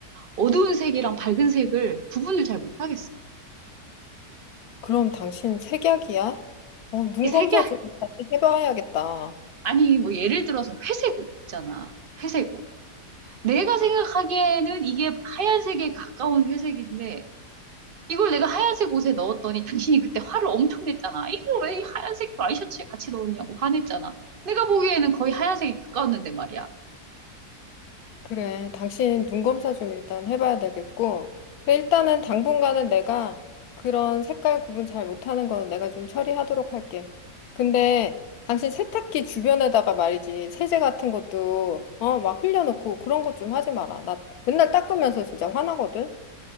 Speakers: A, on the right; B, on the left.
A: 어두운 색이랑 밝은 색을 구분을 잘 못하겠어.
B: 그럼 당신 색약이야? 어, 눈
A: 이 색이
B: 검사
A: <laughs>
B: 좀 다시 해봐야겠다.
A: 아니 뭐 예를 들어서 회색 옷 있잖아. 회색 옷. 내가 생각하기에는 이게 하얀색에 가까운 회색인데 이걸 내가 하얀색 옷에 넣었더니 당신이 그때 화를 엄청 냈잖아. 이걸 왜 하얀색 와이셔츠에 같이 넣었냐고 화냈잖아. 내가 보기에는 거의 하얀색이 가까웠는데 말이야.
B: 그래, 당신 눈 검사 좀 일단 해봐야 되겠고. 그래, 일단은 당분간은 내가 그런 색깔 구분 잘 못하는 건 내가 좀 처리하도록 할게. 근데 당신 세탁기 주변에다가 말이지, 세제 같은 것도, 어, 막 흘려놓고 그런 것 좀 하지 마라. 나 맨날 닦으면서 진짜 화나거든?